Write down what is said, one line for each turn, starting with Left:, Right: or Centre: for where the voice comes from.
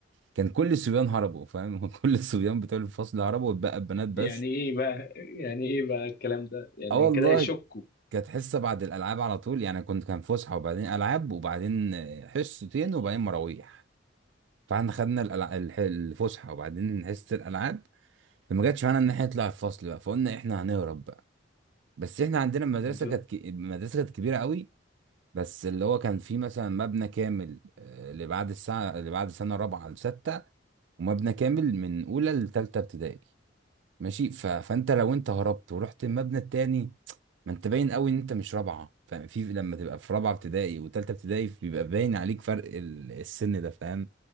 Right: كان كل الصبيان هربوا فاهم <laughs> كل الصبيان بتوع الفصل هربوا واتبقى البنات بس
Left: يعني ايه بقى يعني ايه بقى الكلام ده يعني
Right: اه والله
Left: كده هيشكوا
Right: كانت حصه بعد الالعاب على طول يعني كنت كان فسحه وبعدين العاب وبعدين آه، حصتين وبعدين مراويح فاحنا خدنا الألع- الح- الفسحه وبعدين حصه الالعاب فما جاتش معانا ان احنا نطلع الفصل بقى فقلنا احنا هنهرب بقى بس احنا عندنا المدرسه
Left: ده-
Right: كانت ك- المدرسه كانت كبيره قوي بس اللي هو كان فيه مثلا مبنى كامل آه، اللي بعد الساعه اللي بعد سنه رابعه لسته ومبنى كامل من اولى لثالثه ابتدائي ماشي ف... فانت لو انت هربت ورحت المبنى التاني ما انت باين قوي ان انت مش رابعه فاهم في لما تبقى في رابعه ابتدائي وتالته ابتدائي بيبقى باين عليك فرق ال- السن ده فاهم